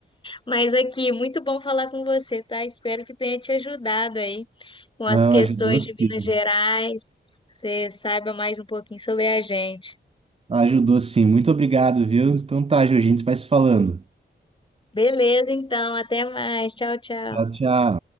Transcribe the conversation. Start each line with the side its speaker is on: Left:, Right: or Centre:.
Left: Mas aqui, muito bom falar com você, tá? Espero que tenha te ajudado aí com
Right: Não,
Left: as questões
Right: ajudou sim.
Left: de Minas Gerais, você saiba mais um pouquinho sobre a gente.
Right: Ajudou sim. Muito obrigado, viu? Então tá, Jorginho, a gente vai se falando.
Left: Beleza, então, até mais. Tchau, tchau.
Right: Tchau, tchau.